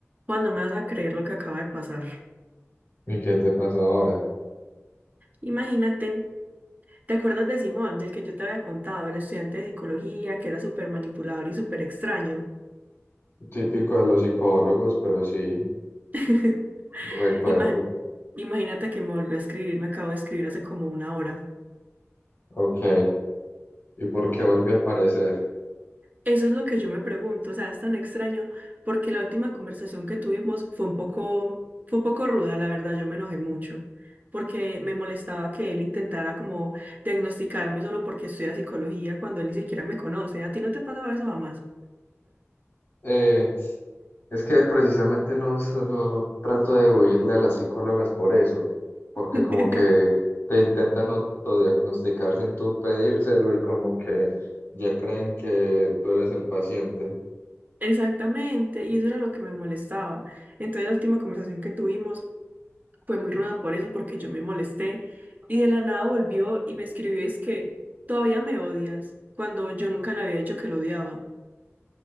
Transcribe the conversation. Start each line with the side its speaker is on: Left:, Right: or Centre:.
Right: Cuando me vas a creer lo que acaba de pasar.
Left: ¿Y qué te pasó ahora?
Right: Imagínate, ¿te acuerdas de Simón, del que yo te había contado, el estudiante de psicología, que era súper manipulador y súper extraño?
Left: Típico de los psicólogos, pero sí,
Right: <laughs>
Left: recuerdo.
Right: Ima- imagínate que me volvió a escribir, me acabo de escribir hace como una hora.
Left: Ok. ¿Y por qué volvió a aparecer?
Right: Eso es lo que yo me pregunto, o sea, es tan extraño porque la última conversación que tuvimos fue un poco, fue un poco ruda, la verdad, yo me enojé mucho porque me molestaba que él intentara como diagnosticarme solo porque estudia psicología cuando él ni siquiera me conoce. ¿A ti no te pasaba eso jamás?
Left: Eh, es que precisamente no, s- no trato de huirle a las psicólogas por eso, porque
Right: <laughs>
Left: como que te intentan autodiagnosticar sin tú pedírselo y como que ya creen que tú eres el paciente.
Right: Exactamente, y eso era lo que me molestaba. Entonces la última conversación que tuvimos fue muy ruda por eso, porque yo me molesté y de la nada volvió y me escribió, es que todavía me odias, cuando yo nunca le había dicho que lo odiaba.